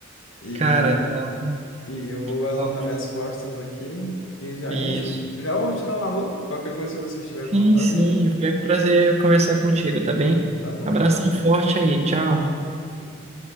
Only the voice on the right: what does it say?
cara, então,
ó,
isso.
Sim, sim,
foi um prazer conversar contigo, tá bem?
Abração forte aí, tchau.